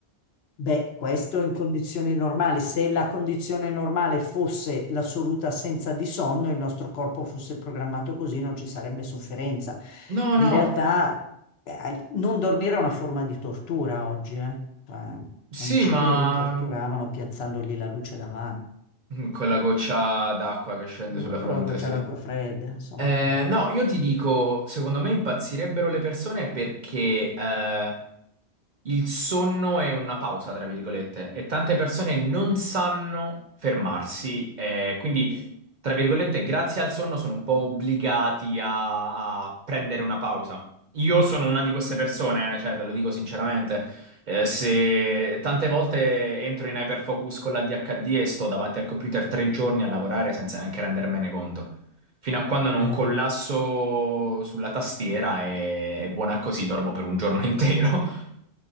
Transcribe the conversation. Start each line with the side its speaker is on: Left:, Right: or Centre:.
Left: Beh, questo in condizioni normali. Se la condizione normale fosse l'assoluta assenza di sonno, il nostro corpo fosse programmato così, non ci sarebbe sofferenza.
Right: No,
Left: In
Right: no,
Left: realtà, eh, non dormire è una forma di tortura oggi, eh. Cioè,
Right: sì,
Left: in Cile
Right: ma
Left: li torturavano
Right: mm,
Left: piazzandogli la luce davanti.
Right: con la goccia d'acqua che scende
Left: Mm,
Right: sulla fronte,
Left: con la goccia
Right: sì.
Left: d'acqua fredda, insomma.
Right: Eh,
Left: Ah,
Right: no, io ti dico, secondo me impazzirebbero le persone perché eh, il sonno è una pausa, tra virgolette, e tante persone non sanno fermarsi, eh, quindi, tra virgolette, grazie al sonno sono un po' obbligati a, a prendere una pausa. Io sono una di queste persone, eh, cioè, te lo dico sinceramente. Eh, se tante volte entro in hyperfocus con l'ADHD e sto davanti al computer tre giorni a lavorare senza neanche rendermene conto. Fino a quando non
Left: eh.
Right: collasso sulla tastiera è, è buona così, dormo per un giorno intero.